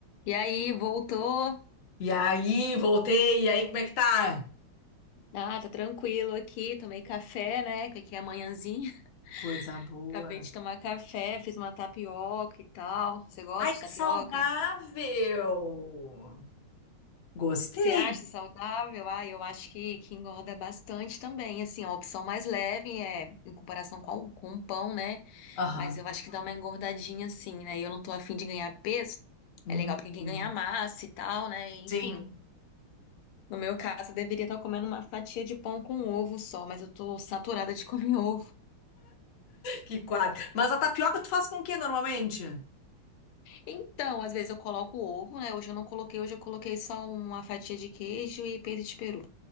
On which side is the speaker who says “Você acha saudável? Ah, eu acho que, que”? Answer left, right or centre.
Left